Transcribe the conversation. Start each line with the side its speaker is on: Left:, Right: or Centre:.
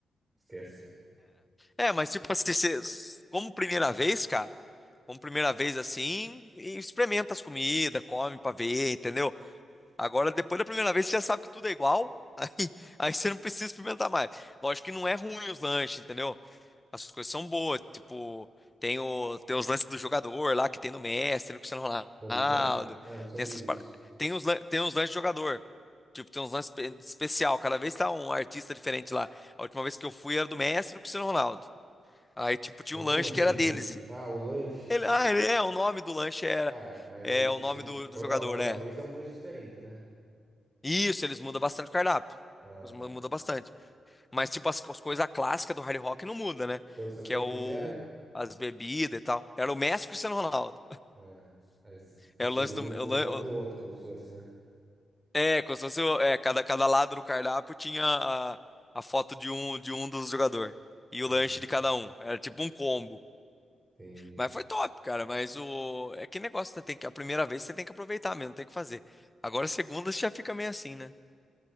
Right: Esquece, velho.
Left: É, é, mas tipo assim, você, como primeira vez, cara, como primeira vez assim, e experimenta as comidas, come pra ver, entendeu? Agora, depois da primeira vez, você já sabe que tudo é igual, <laughs> aí, aí você não precisa experimentar mais. Lógico que não é ruim os lanches, entendeu? As coisas são boas, tipo, tem, o, tem os lances do jogador lá que tem no Messi, no Cristiano
Right: Como
Left: Ronaldo,
Right: que é? É, não sabia
Left: tem essas
Right: disso.
Left: par... tem uns, lan- tem uns lances de jogador. Tipo, tem uns lances espe- especial, cada vez tá um artista diferente lá. A última vez que eu fui era do Messi e do Cristiano Ronaldo. Aí, tipo, tinha
Right: Mas
Left: um lanche
Right: como assim?
Left: que era deles.
Right: Não- Ah, o lanche.
Left: Ele, ah, ele é, o nome do lanche era
Right: Ah, é, mas
Left: é
Right: aí, tipo
Left: o
Right: assim,
Left: nome do,
Right: toda,
Left: do jogador,
Right: toda
Left: né?
Right: vez é um lanche diferente, né?
Left: Isso, eles mudam bastante o cardápio.
Right: Ah,
Left: Eles
Right: tá.
Left: mu- mudam bastante. Mas, tipo, as, as coisas clássicas do hard rock não muda, né?
Right: Quando você
Left: Que
Right: foi,
Left: é o...
Right: quem que era?
Left: As bebidas e tal. Era o Messi e o Cristiano Ronaldo.
Right: Ah, aí, tipo
Left: É
Right: assim,
Left: o lance
Right: um,
Left: do... é
Right: um
Left: o lan-
Right: contra
Left: o-
Right: o outro, como se fosse, né?
Left: é, como se fosse... o- É, cada, cada lado do cardápio tinha a, a foto de um, de um dos jogadores. E
Right: Entendi,
Left: o lanche de cada um. Era tipo um combo.
Right: entendi.
Left: Mas foi top, cara. Mas o... É que negócio, né? Tem que, a primeira vez você tem que aproveitar mesmo, tem que fazer. Agora, a segunda você já fica meio assim, né?